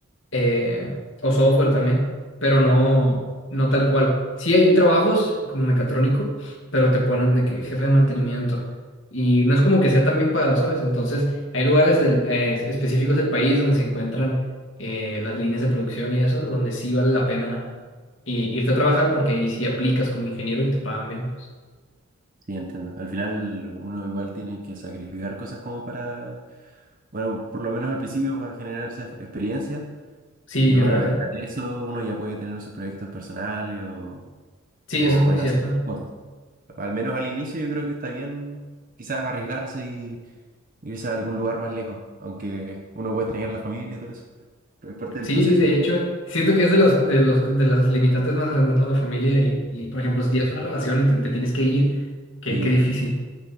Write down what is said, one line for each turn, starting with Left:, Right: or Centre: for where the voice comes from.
Left: eh, o software también, pero no, no tal cual. Sí hay trabajos como mecatrónico, pero te ponen de que jefe de mantenimiento y no es como que sea tan bien pagado, ¿sabes? Entonces hay lugares del- eh, específicos del país donde se encuentran eh, las líneas de producción y eso, donde sí vale la pena i- irte a trabajar porque ahí sí aplicas como ingeniero y te pagan bien, pues.
Right: Sí, entiendo. Al final uno igual tiene que sacrificar cosas como para, bueno, por lo menos al principio para generar esa ex- experiencia
Left: Sí,
Right: y bueno,
Left: real,
Right: después
Left: ¿eh?
Right: de eso uno ya puede tener sus proyectos personales o,
Left: Sí,
Right: o
Left: eso es
Right: bueno,
Left: muy cierto.
Right: hacer cosas. Al menos al inicio yo creo que está bien quizás arriesgarse y irse a algún lugar más lejos, aunque uno puede extrañar la familia y todo eso, pero es parte del
Left: Sí,
Right: proceso.
Left: de hecho, siento que es de las, de los, de las limitantes más grandes, ¿no? La familia y, y, por ejemplo, si tienes una relación y te, te tienes que ir, qué,
Right: Sí,
Left: qué difícil.